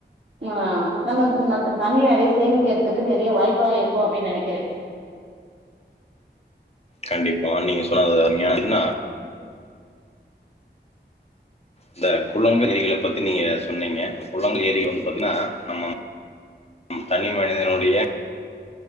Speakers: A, on the right; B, on the left.
A: ம்மா நம்ம ம் மத் தண்ணி நிறைய சேமிக்கிறதுக்கு நிறைய வாய்ப்பா இருக்கு அப்டின் நனைக்கிறே
B: கண்டிப்பா நீங்க சொன்னாத அம்மியா என்னா இந்த குளங்கள் ஏரிகளை பத்தி நீங்க சொன்னீங்க குளங்கள் ஏரி வந்து பாத்தீங்கன்னா நம்ம நம் தனி மனிதனுடைய